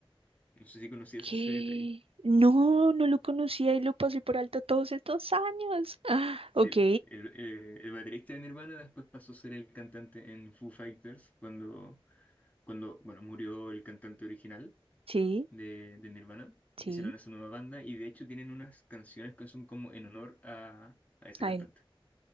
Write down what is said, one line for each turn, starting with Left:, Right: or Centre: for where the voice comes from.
Left: No sé si conocías
Right: ¿Qué?
Left: ese detalle.
Right: No, no lo conocía y lo pasé por alto todos estos años. Ah,
Left: Sí,
Right: ok,
Left: el, eh, el baterista de Nirvana después pasó a ser el cantante en Foo Fighters cuando, cuando bueno, murió el cantante original
Right: sí,
Left: de, de Nirvana.
Right: sí,
Left: Hicieron esa nueva banda y de hecho tienen unas canciones que son como en honor a, a ese
Right: a
Left: cantante.
Right: él.